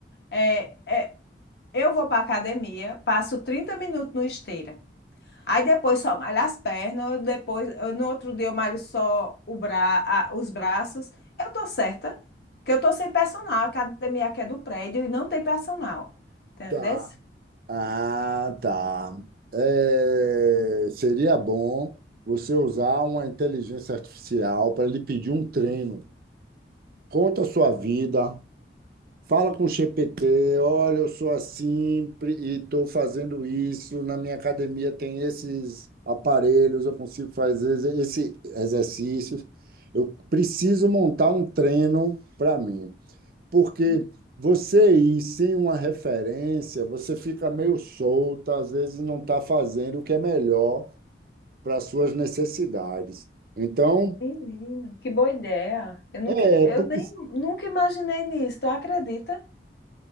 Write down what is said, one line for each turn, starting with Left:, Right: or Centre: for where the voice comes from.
Left: é, Eu vou para academia, passo 30 minutos no esteira. Aí depois só malho as pernas, depois eu- no outro dia eu malho só o bra, a- os braços. Eu tô certa, que eu tô sem personal. A academia aqui é do prédio e não tem personal. Entendeu?
Right: tá. Ah, tá. É, seria bom você usar uma inteligência artificial para lhe pedir um treino. Conta a sua vida, fala com o GPT, olha, eu sou assim pre- e estou fazendo isso, na minha academia tem esses aparelhos, eu consigo fazer esse esse exercício. Eu preciso montar um treino para mim porque
Left: Hum,
Right: você ir sem uma referência, você fica meio solta, às vezes não está fazendo o que é melhor para as suas necessidades. Então,
Left: Menina, que boa ideia. Eu nunca.
Right: é,
Left: Eu
Right: porque,
Left: nem nunca imaginei nisso, tu acredita?